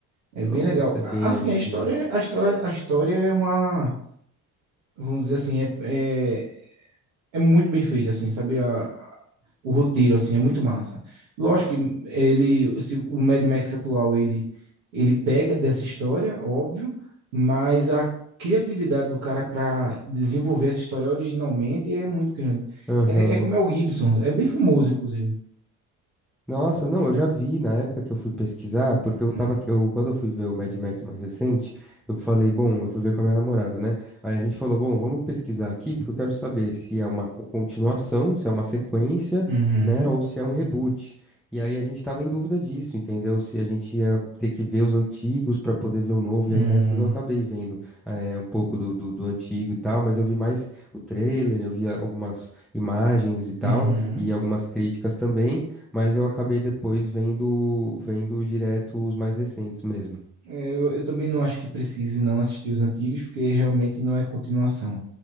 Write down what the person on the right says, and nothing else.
É
bem legal.
A-
Assim,
a história, a história, a história é uma, vamos dizer assim, é, é, é muito bem feita, assim, sabe? A- o roteiro, assim, é muito massa. Lógico que ele, se, o Mad Max atual, ele, ele pega dessa história, óbvio, mas a criatividade do cara para desenvolver essa história originalmente é muito grande.
É, é como é o Gibson, é bem famoso, inclusive.
Hum.
Uhum.
Hum.
Uhum.
É, Eu, eu também não acho que precise não assistir os antigos, porque realmente não é continuação.